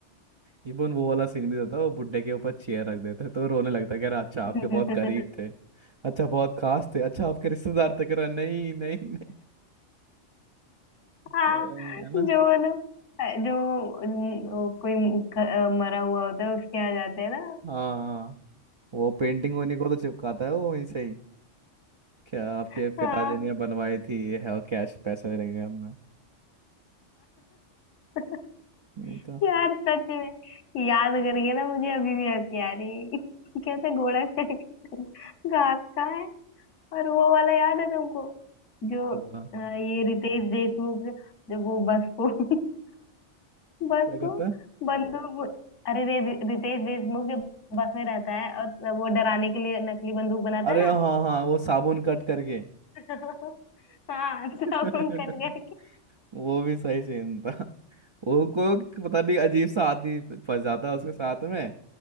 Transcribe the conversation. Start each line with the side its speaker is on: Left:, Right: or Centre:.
Right: इवन वो वाला सीन भी होता है वो बुड्ढे के ऊपर चेयर रख देते हैं, तो रोने लगता है कि अरे अच्छा आपके
Left: <laughs>
Right: बहुत करीब थे अच्छा बहुत खास थे अच्छा आपके रिश्तेदार थे कह रहा नहीं नहीं नहीं
Left: हाँ
Right: ओ, है ना
Left: जो वो लोग जो न- वो कोई ख- मरा हुआ होता है उसके यहाँ जाते हैं ना
Right: हाँ वो पेंटिंग उन्हीं को तो चिपकाता है वो वहीं से ही क्या आपके
Left: <laughs>
Right: पिताजी
Left: हाँ
Right: ने बनवाई थी ये है और कैश पैसे मिलेंगे हमें
Left: <laughs>
Right: नहीं तो
Left: यार सच में याद करके ना मुझे अभी भी हंसी आ रही है <laughs> क्या था घोड़ा चढ़ के घास कहाँ है और वो वाला याद है तुमको जो
Right: हाँ
Left: अ, ये रितेश देशमुख जब वो बस को <laughs> बस
Right: क्या
Left: को
Right: करता है
Left: बंदूक अरे रे रितेश देशमुख जब बस में रहता है और वो डराने के लिए नकली बंदूक बनाता
Right: अरे
Left: है ना
Right: हाँ हाँ वो साबुन कट करके
Left: <laughs> हाँ सब
Right: <laughs>
Left: उनकन करके
Right: वो भी सही सीन था वो को पता नहीं अजीब सा आदमी फंस जाता है उसके साथ में